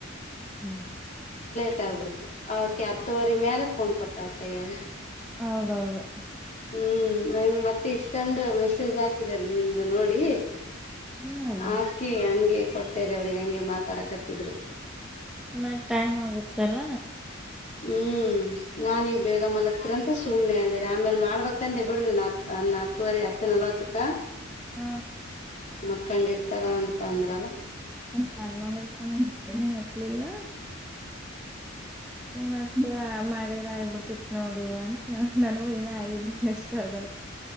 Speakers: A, in the centre; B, on the left.
A: ಹ್ಮ್
B: ಕೊಟ್ಟ ಬಿಡ್ತು ಅವುಕ್ಕೆ ಹತ್ತುುವರಿ ಮ್ಯಾಲ ಫೋನ್ ಕೊಟ್ಟಾಳ ಕೈಯಾಗ
A: ಹೌದೌದು
B: ಹ್ಮ್ ನಂಗ ಮತ್ ಇಸ್ಕೊಂಡು ಮೆಸೇಜ್ ಹಾಕಿದ್ಯಾರಿ ನಿಮ್ದು ನೋಡಿ
A: ಹ್ಮ್
B: ಆಕಿ ಹಂಗೆ ಕೊಟ್ಟೇರಿ ಅವ್ರಿಗೆ ಹಂಗೆ ಮಾತಾಡಕರ್ತಿದ್ರು
A: ಮ ಟೈಮ್ ಆಗುತ್ತೆಲ್ಲ
B: ಹ್ಮ್ ನಾನ್ ನೀವ್ ಬೇಗ ಮಲಗ್ ತ್ರಂತ ಸುಮನೆ ಆಗಾರೆ ಆಮೇಲೆ ಮಾಡ್ಬೇಕಂದೆ ಬಿಡ್ರಿ ನ ನನ್ನ ಹತ್ತುವರಿ ಹತ್ತು ನಲವ ಹ
A: ಹ್ಮ
B: ಮಕ್ಕಂಡ ಇರ್ತಾರ ಅಂತ ಅಂದ್ರ
A: ಬರ್ತ ನಾ ಹ್ದೇನನೆ ಹತ್ಲಿಲ್ಲ ಮಾಡ ಮಾಡ ಆಗ್ಿಬಿಡ್ತಿತ್ ನೋಡು ಅಂತ ನ ನನಗೂ ನ ಆಗಿದ್ದನ್ ಇಷ್ಟ ಅದ